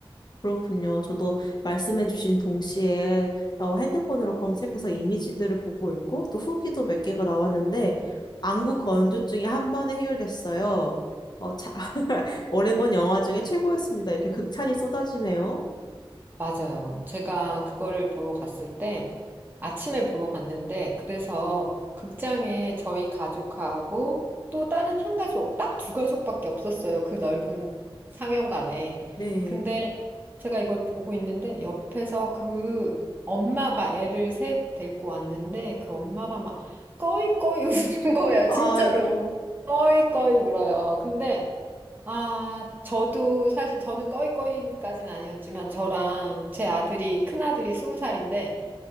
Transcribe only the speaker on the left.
그렇군요. 저도 말씀해주신 동시에 어, 핸드폰으로 검색해서 이미지들을 보고 있고 또 후기도 몇 개가 나왔는데 안구 건조증이 한 번에 해결됐어요. 어, 자, <laughs> 오래 본 영화 중에 최고였습니다. 이렇게 극찬이 쏟아지네요.
네.
아이고.